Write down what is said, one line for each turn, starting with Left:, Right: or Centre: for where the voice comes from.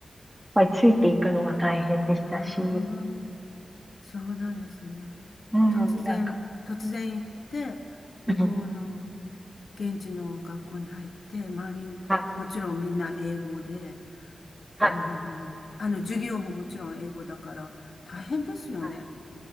Centre: ぱりついていくのが大変でしたし、
Left: ああ、
Centre: う
Left: そうなんですね。
Centre: ん、
Left: 突然、
Centre: なんか、
Left: 突然行って、向こうの
Centre: <laughs> うん
Left: 現地の学校に入って、周り、
Centre: はい、
Left: もちろんみんな英語で、
Centre: はい、
Left: うん。あの、授業ももちろん英語だから、大変ですよね。
Centre: はい。